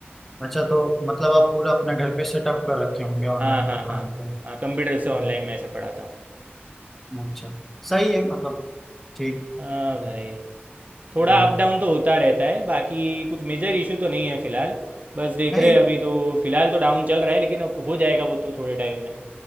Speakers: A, in the centre; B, on the right (about 40°).
A: अच्छा तो मतलब आप पूरा अपना घर पे सेटअप कर रखे होंगे ऑनलाइन
B: हाँ हाँ
A: का पढ़ाने
B: हाँ
A: का
B: हाँ कंप्यूटर
A: हम्म,
B: से ऑनलाइन मैं ऐसे पढ़ाता हूँ
A: अच्छा सही है मतलब ठीक
B: हाँ
A: हम्म,
B: भाई थोड़ा
A: हम्म।
B: अप डाउन तो होता रहता है बाकी कुछ मेजर इशू तो नहीं है फिलहाल बस देख
A: नहीं
B: रहे हैं अभी तो फिलहाल तो डाउन चल रहा है लेकिन अब हो जाएगा वो तो थोड़े टाइम में